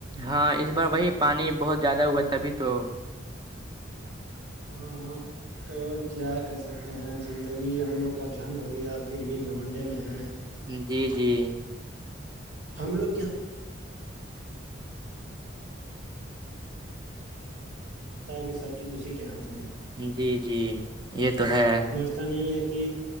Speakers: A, on the right (about 20°); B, on the right (about 70°).
A: ہاں اس بار وہی پانی بہت زیادہ ہوا ہے تبھی تو
B: ہاں ہ <unintelligible> تو کیا کر سکتے ہیں زندگی ہم لوگ کا جھنڈ ہو گیا پھر بھی گھمنڈے میں ہے
A: جی جی <inaudible>
B: <unintelligible> تا ہے کہ سب چیز اسی کے ہاتھ میں ہے
A: جی جی یہ تو ہے
B: ایسا نہیں ہے کہ